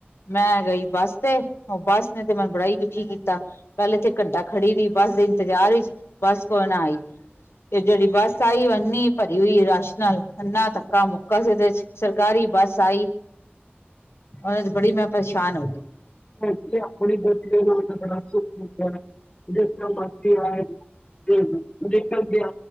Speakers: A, on the left (about 85°); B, on the left (about 25°).
A: ਮੈਂ ਗਈ ਬੱਸ ਤੇ ਉਹ ਬੱਸ ਨੇ ਤੇ ਮੈਨੂੰ ਬੜਾ ਹੀ ਕੀ ਕੀਤਾ ਪਹਿਲੇ ਤੇ ਘੰਟਾ ਖੜੀ ਰਹੀ ਬੱਸ ਦੇ ਇੰਤਜ਼ਾਰ ਵਿੱਚ ਬੱਸ ਕੋਈ ਨਾ ਆਈ ਤੇ ਜਿਹੜੀ ਬੱਸ ਆਈ ਓ ਐਨੀ ਭਰੀ ਹੋਈ ਰਸ਼ ਨਾਲ, ਇੰਨਾ ਧੱਕਾ ਮੁੱਕਾ ਸੀ ਓਦੇ ਚ, ਸਰਕਾਰੀ ਬੱਸ ਆਈ
B: <unintelligible>
A: ਉਹਨਾਂ ਚ ਬੜੀ ਮੈਂ ਪਰੇਸ਼ਾਨ ਹੋ ਗਈ
B: ਆਪਣੀ ਗਲਤੀ <unintelligible> ਸ <unintelligible> ਨਿਕਲ ਗਿਆ